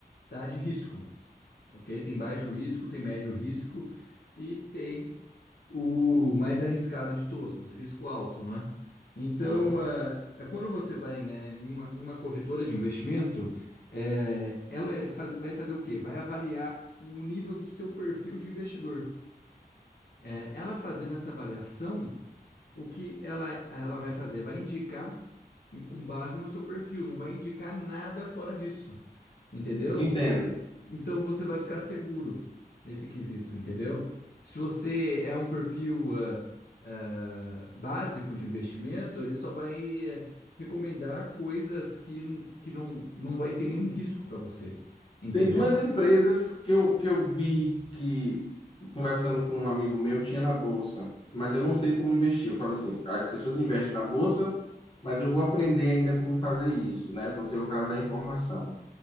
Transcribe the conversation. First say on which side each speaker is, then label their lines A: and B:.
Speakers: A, on the left; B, on the left.
A: tá, de risco, ok? Tem baixo risco, tem médio risco e tem o mais arriscado de todos, risco alto, né? Então,
B: Uhum.
A: eh, eh, quando você vai, né, em uma, em uma corretora de investimento, eh, ela é faz- vai fazer o quê? Vai avaliar o nível do seu perfil de investidor. Eh, ela fazendo essa avaliação, o que ela, ela vai fazer? Vai indicar em- com base no seu perfil, não vai indicar nada fora disso, entendeu?
B: Entendo.
A: Então você vai ficar seguro nesse quesito, entendeu? Se você é um perfil ah, ah, básico de investimento, ele só vai eh, recomendar coisas que, que não, não vai ter nenhum risco para você, entendeu?
B: Tem duas empresas que eu, que eu vi que, conversando com um amigo meu, tinha na bolsa, mas eu não sei como investir. Eu falei assim: as pessoas investem na bolsa, mas eu vou aprender ainda como fazer isso, né? Você é o cara da informação.